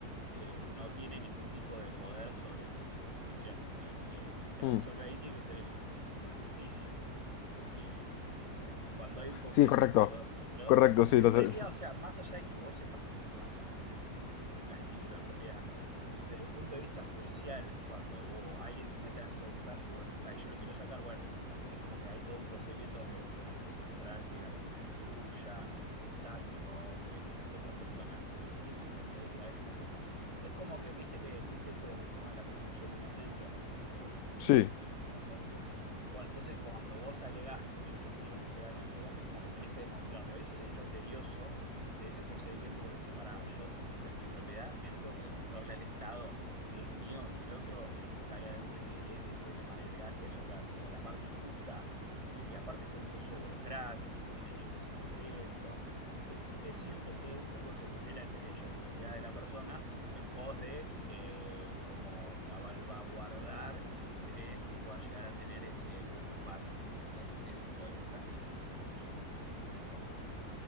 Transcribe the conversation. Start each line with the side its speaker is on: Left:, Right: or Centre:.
Right: eh, no tiene ningún tipo de poder sobre ese tipo de situaciones. O sea, el que, el que
Left: mm,
Right: resuelve ahí tiene que ser el, el- como la justicia. Porque mm, cuando hay un conflicto
Left: sí, correcto.
Right: entre, do- entre dos,
Left: Correcto,
Right: por- porque
Left: sí,
Right: en
Left: lo
Right: realidad,
Left: sé.
Right: o sea,
Left: <laughs>
Right: más allá de que vos sepas que es tu casa, obviamente, que, es- que tengas el título de propiedad, desde el punto de vista judicial, cuando vos- alguien se mete adentro de tu casa y vos decís, ay, yo lo quiero sacar, bueno, es como que hay todo un procedimiento donde vos tenés que mostrar que la propiedad es tuya, que está tu nombre, que las otras personas se metieron de manera ilegal. Es como que, es como que, viste que existe eso de que se llama la presunción de inocencia, como que todos se,
Left: Sí,
Right: se presumen inocentes. Bueno, entonces cuando vos alegás que ellos se metieron ilegalmente en tu casa, es como que tenés que demostrarlo. Eso es, es lo tedioso de ese procedimiento porque si pará, yo, esto es mi propiedad y yo tengo que demostrarle al Estado que es mío y el otro eh, está ahí adentro y que él entró de manera ilegal. Eso es la- como la parte injusta y que aparte es todo un proceso burocrático y si tienen hijos es más lento. Entonces es cierto que un poco se vulnera el derecho de propiedad de la persona en pos de eh, como salvaguardar el interés que pueda llegar a tener ese ocupante. Es, es un poder bastante injusto, sí, yo lo entiendo, tenés razón.